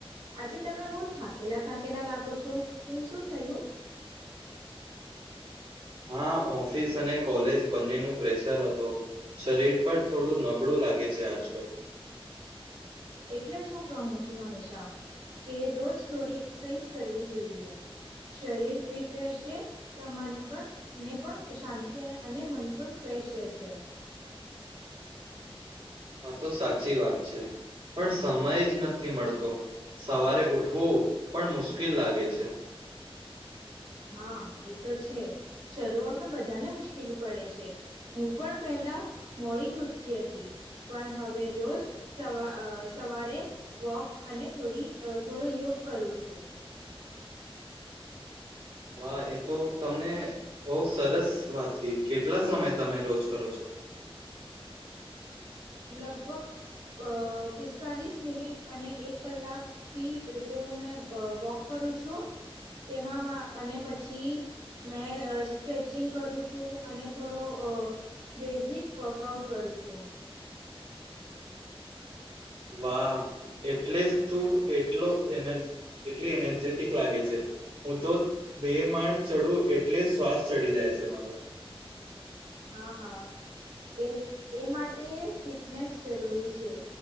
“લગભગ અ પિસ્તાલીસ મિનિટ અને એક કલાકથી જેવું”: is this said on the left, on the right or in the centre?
Right